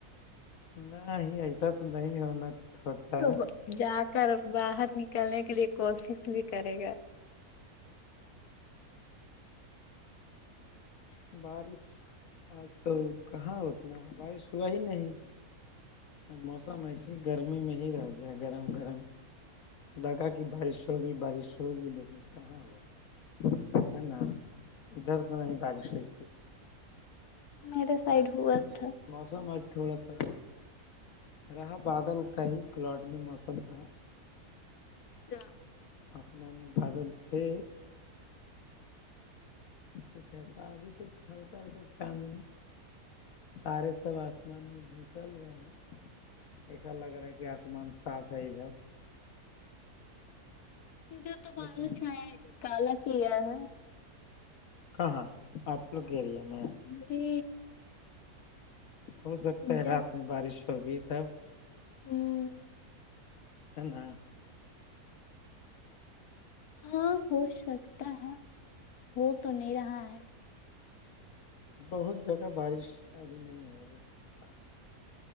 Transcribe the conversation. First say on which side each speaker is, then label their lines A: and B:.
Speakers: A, on the left; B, on the left.
A: نہ ہی ایسا تو نہیں ہونا ہوتا
B: تو
A: ہے
B: جا کر باہر نکلنے کے لیے کوشش بھی کرے گا
A: بارش اج تو کہاں اتنا بارش ہوا ہی نہیں موسم ایسے ہی گرمی میں ہی رہ گیا گرم گرم لگا کہ بارش ہوگی بارش ہوگی لیکن کہاں ہوا ہے ن ادھر تو نہیں بارش ہوی
B: میرے سائڈ
A: اج
B: ہوا
A: تج
B: تھا
A: موسم اج تھوڑا سا رہا بادل کا ہی کلاڈلی موسم تھا
B: جا
A: اسمان میں بادل تھے کچھ ایسا ابھی تو ہلکا ہلکا چاند ہیں تارے سب آسمان میں نکل رہے ہیں ایسا لگ رہا ہے کہ آسمان صاف ہے ادھر
B: سیددے تو بال
A: لیکن
B: چھ ہے کالا کیا ہے
A: کہاں آپ لوگرییا میں
B: جی
A: ہو سکتا ہے
B: جب
A: رات میں بارش ہوگی تب
B: ہوں
A: ہے نا
B: ہاں ہو سکتا ہے ہو تو نہیں رہا ہے
A: بہت جگہ بارش ابھی نہیں ہو رہی ہے پانی